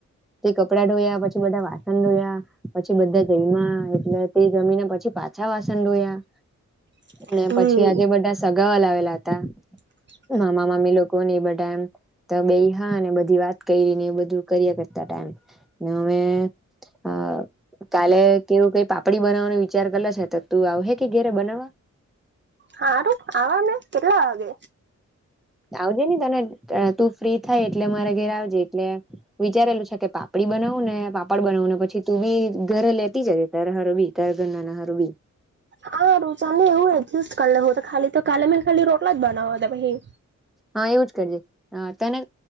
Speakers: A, in the centre; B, on the right.
A: તે કપડાં ધોયા પછી બધા વાસણ ધોયા પછી બધા જમ્યા એટલે તે જમીને પછી પા પાછા વાસન ધોયા
B: <inaudible>
A: ને
B: હમ
A: પછી આજે બધા સગાવાલા આવેલા હતા
B: <inaudible>
A: મામા મામી લોકો ને એ બધા એમ તો બેહ્ય બધી વાત કરી ને એ બધું કર્યા કરતા તા એમ ને હવે હ કાલે કેવું કઈ પાપડી બનાવવાનો વિચાર કરલો છે તો તું આવ હે કે ઘેરે બનાવવા
B: હારું આવા મે કેટલા વાગે
A: આવજે નને તને તું ફ્રી થાય એટલે મારા ઘરે આવજે એટલે વિચારેલું છે કે પાપડી બનાવું ને પાપડ બનાવું ને પછી તું બી ઘર લેતી જજે તારા હારું બી તારા ઘરના ના હારું બી
B: હારુ ચાલે ને એવું એડજસ્ત કરલે હુ તો કાલે મેં ખાલી રોટલા જ બનાવા તે પહી
A: હા એવું જ કરજે હા તને